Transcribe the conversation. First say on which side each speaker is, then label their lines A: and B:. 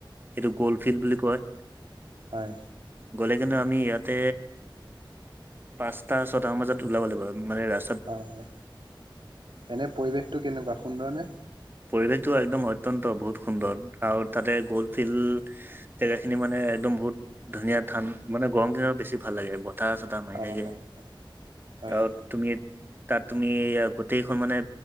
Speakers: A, on the right; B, on the right.
A: সেইটো গ'ল ফিল্ড বুলি কয়
B: হয়
A: গ'লে কিন্তু আমি ইয়াতে পাঁচটা ছটা মান বজাত ওলাব লাগিব মানে ৰা
B: হয় হয় এনে পৰিৱেশটো কেনেকুৱা সুন্দৰনে
A: পৰিৱেশটো একদম অত্যন্ত বহুত সুন্দৰ আৰু তাতে গ'ল ফিল্ড জেগাখিনি মানে একদম বহুত ধুনীয়া ঠান মানে গৰম দিনত বেছি ভাল লাগে বতাহ চতাহ মাৰি
B: হয়
A: থাকে
B: হয় হয়
A: আৰু তুমি তাত তুমি গোটেইখন মানে